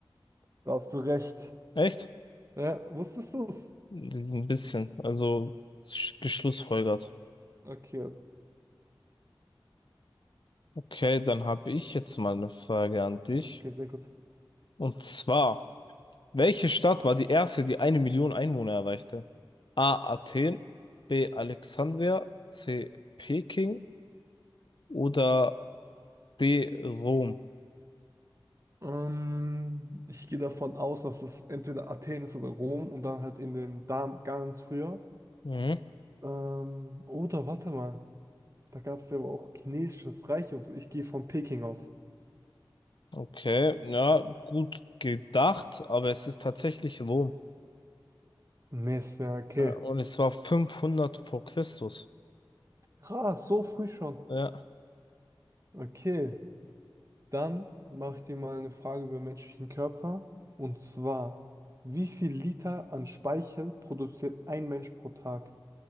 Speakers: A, on the right; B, on the left.
A: Da hast du recht.
B: Echt?
A: Ja, wusstest du es?
B: Ein bisschen, also sch- geschlussfolgert.
A: Okay,
B: Okay, dann habe ich jetzt mal eine Frage an dich.
A: okay, sehr gut.
B: Und zwar. Welche Stadt war die erste, die eine Million Einwohner erreichte? A. Athen, B. Alexandria, C. Peking oder D. Rom?
A: Ähm, ich gehe davon aus, dass es entweder Athen ist oder Rom und dann halt in den Dam ganz früher.
B: Mhm.
A: Ähm, oder warte mal, da gab es ja aber auch chinesisches Reich und so. Ich gehe von Peking aus.
B: Okay, ja, gut gedacht, aber es ist tatsächlich Rom.
A: Mist, ja, okay.
B: Äh, Und es war 500 vor Christus.
A: Krass, so früh schon.
B: Ja,
A: Okay, dann mache ich dir mal eine Frage über den menschlichen Körper. Und zwar, wie viel Liter an Speichel produziert ein Mensch pro Tag?